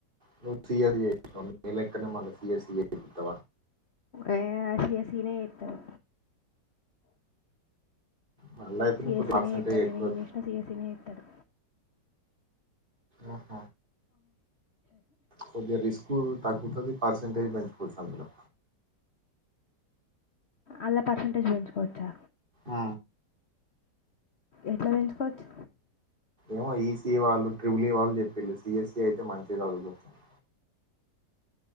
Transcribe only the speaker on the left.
ఏ, సిఎస్సి నె ఏత్తరు.
సిఎస్సి
నే చెత్త. నేనేం
చేసినా సిఎస్సి నె చేత్తడు.
అల పర్సంటేజ్ పెంచుకోవచ్చా?
ఎట్లా పెంచుకోవచ్చు